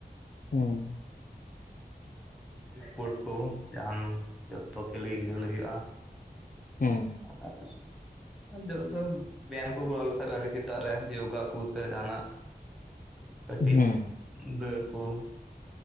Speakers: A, on the left; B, in the centre.
A: ᱦᱩᱸ
B: ᱥᱯᱳᱨᱴ ᱠᱚ ᱡᱟᱦᱟᱱ ᱡᱚᱛᱚ ᱠᱷᱮᱞ ᱜᱮ ᱠᱷᱮᱞ ᱦᱩᱭᱩᱜᱼᱟ᱾
A: ᱦᱩᱸ
B: ᱟᱨᱼᱼ <unintelligible> ᱵᱮᱭᱟᱢ ᱠᱚᱨᱟᱣ ᱞᱮᱠᱷᱟᱡ ᱟᱹᱰᱤ ᱥᱮᱛᱟᱜ ᱨᱮ ᱭᱳᱜᱟ ᱠᱚ ᱥᱮ ᱡᱟᱦᱟᱱᱟᱜ ᱾ ᱠᱟᱹᱴᱤᱡ
A: ᱦᱩᱸ
B: <unintelligible>